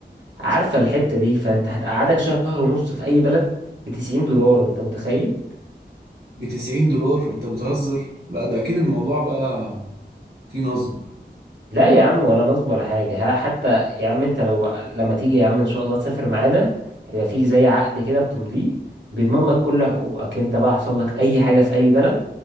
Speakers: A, on the right; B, on the right.
A: عارفة الحتة دي فانت هتقعدك شهر ونص في اي بلد ب 90 دولار انت متخيل
B: ب 90 دولار انت بتهزر لا ده اكيد الموضوع بقى فيه نصب
A: لا يا عم ولا نصب ولا حاجة ها حتى يا عم انت لو لما تيجي يا عم ان شاء الله تسافر معانا هيبقى فيه زي عقد كده بتمضيه بيضمن لك كل حقوقك انت بقى حصل لك اي حاجة في اي بلد